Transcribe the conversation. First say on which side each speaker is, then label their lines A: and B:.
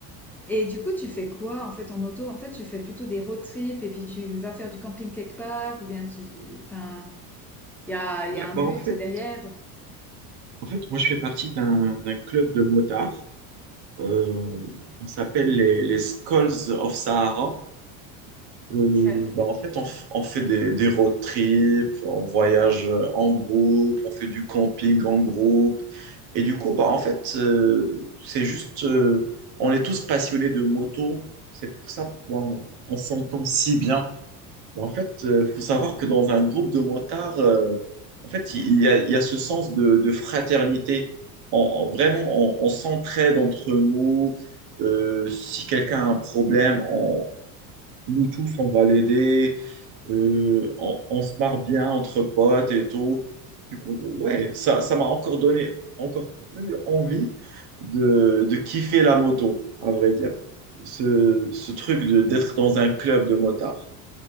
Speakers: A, in the centre; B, on the right.
A: Et du coup, tu fais quoi en fait en moto? En fait, tu fais plutôt des road trips et puis tu vas faire du camping quelque part ou bien tu... Enfin, il y a, il
B: Ouais,
A: y a un
B: bah
A: but
B: en fait,
A: derrière.
B: en fait, moi je fais partie d'un d'un club de motards. Euh, on s'appelle les, les Skulls of Sahara. Euh,
A: Ok.
B: bah, en fait, on, f- on fait des, des road trips, on voyage euh, en groupe, on fait du camping en groupe. Et du coup, bah, en fait, euh, c'est juste, euh, on est tous passionnés de moto. C'est pour ça qu'on on s'entend si bien. Et en fait, il faut savoir que dans un groupe de motards, euh, en fait, il y a, il y a ce sens de, de fraternité. On- on- vraiment, on, on s'entraide entre nous. Euh, si quelqu'un a un problème, on, nous tous, on va l'aider. Euh, on, on se marre bien entre potes et tout. Du coup, ouais, ça, ça m'a encore donné encore plus envie de, de kiffer la moto, à vrai dire. Ce, ce truc de- d'être dans un club de motards.